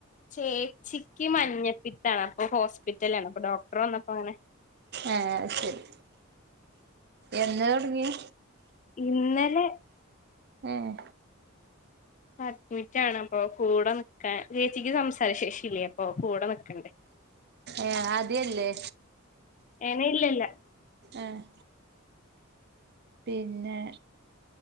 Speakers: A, on the left (about 35°); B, on the right (about 50°).
A: ചേച്ചിക്ക് മഞ്ഞപ്പിത്താണ് അപ്പൊ ഹോസ്പിറ്റലാണ് അപ്പൊ ഡോക്ടർ വന്നപ്പൊങ്ങനെ
B: ഏഹ് അയ്ശെരി എന്നാ തൊടങ്ങ്യേ
A: ഇന്നലെ
B: ഏഹ്
A: അഡ്മിറ്റാണ് അപ്പൊ കൂടെ നിക്കാൻ ചേച്ചിക്ക് സംസാര ശേഷില്ല്യപ്പൊ കൂടെ നിക്കണ്ടേ
B: ഏഹ് അദ്യല്ലേ
A: ഏ ഇല്ല്യല്ലാ
B: ഏഹ് പിന്നെ